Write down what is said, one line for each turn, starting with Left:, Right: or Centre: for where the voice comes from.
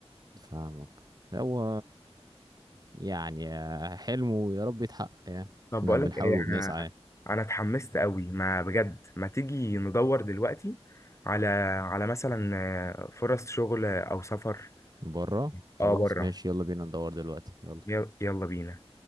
Right: فاهمك هو يعني حلمه يا رب يتحقق يعني
Left: طب
Right: احنا
Left: بقولك
Right: بنحاول
Left: إيه
Right: وبنسعى
Left: أنا
Right: يعني.
Left: أنا اتحمست قوي ما بجد ما تيجي ندور دلوقتي على على مثلا آه، فرص شغل أو سفر
Right: بره
Left: أه
Right: خلاص
Left: بره
Right: ماشي يلا بينا ندور دلوقتي يلا
Left: يلا بينا